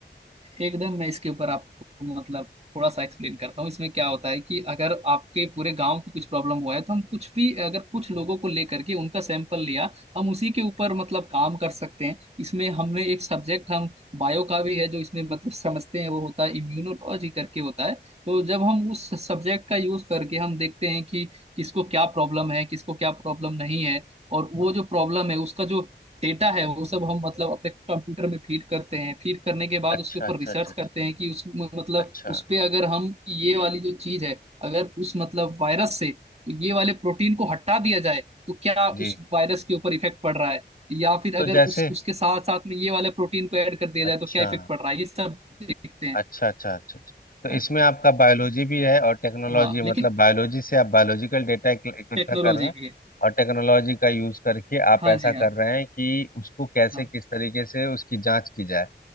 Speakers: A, on the right; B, on the left.
A: एकदम मैं इसके ऊपर आपको मतलब थोड़ा सा एक्सप्लेन करता हूँ इसमें क्या होता है कि अगर आपके पूरे गांव को कुछ प्रॉब्लम हुआ है तो हम कुछ भी अगर कुछ लोगों को लेकर के उनका सैंपल लिया हम उसी के ऊपर मतलब काम कर सकते हैं इसमें हमने एक सब्जेक्ट हम बायो का भी है जो इसमें मतलब समझते हैं वो होता है इम्यूनोलॉजी करके होता है तो जब हम उस सब्जेक्ट का यूज करके हम देखते हैं कि किसको क्या प्रॉब्लम है किसको क्या प्रॉब्लम नहीं है और वो जो प्रॉब्लम है उसका जो डेटा है वो सब हम मतलब अपने कंप्यूटर में फीड करते हैं फीड करने के बाद
B: है अच्छा
A: उसके ऊपर
B: अच्छा
A: रिसर्च
B: अच्छा अच्छा
A: करते हैं कि उस मतलब
B: अच्छा
A: उस पे अगर हम ये वाली जो चीज है अगर उस मतलब वायरस से ये वाले प्रोटीन को हटा दिया जाए तो क्या
B: जी
A: उस वायरस के ऊपर इफेक्ट पड़ रहा है या फिर
B: तो
A: अगर
B: जैसे
A: उस उसके साथ साथ में ये वाले प्रोटीन को ऐड कर दिया जाए
B: अच्छा
A: तो क्या इफेक्ट पड़ रहा है ये सब देखते हैं
B: अच्छा अच्छा अच्छा अच्छा। तो
A: हाँ
B: इसमें आपका बायोलॉजी भी है और टेक्नोलॉजी
A: हाँ,
B: मतलब
A: लेकिन
B: बायोलॉजी से आप बायोलॉजिकल डेटा इकट्ठा
A: टेक्नोलॉजी
B: कर रहे हैं
A: भी है
B: और टेक्नोलॉजी का यूज करके आप
A: हाँ
B: ऐसा
A: जी
B: कर
A: हाँ
B: रहे हैं कि उसको कैसे
A: हाँ
B: किस तरीके से उसकी जांच की जाए